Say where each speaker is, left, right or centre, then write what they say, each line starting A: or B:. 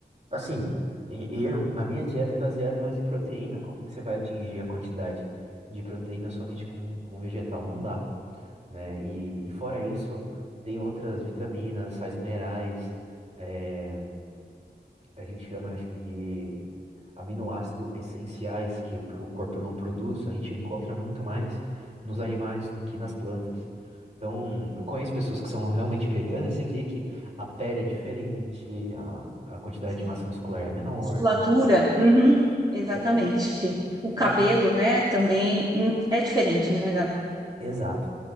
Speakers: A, on the right (about 40°); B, on the right (about 25°).
A: Assim, e- e é um, a minha dieta é baseada mais em proteína. Como que você vai atingir a quantidade de proteína somente com, com vegetal? Não dá, né? E, e fora isso, tem outras vitaminas, sais minerais. é, a gente chama, acho que de aminoácidos essenciais que, o- que o corpo não produz, a gente encontra muito mais nos animais do que nas plantas. Então, eu conheço pessoas que são realmente veganas, você vê que a pele é diferente, a, a quantidade
B: Sim.
A: de massa muscular é menor.
B: musculatura, uhum, exatamente.
A: Então,
B: O cabelo,
A: então-
B: né, também hum, é diferente, né, Gabi?
A: exato.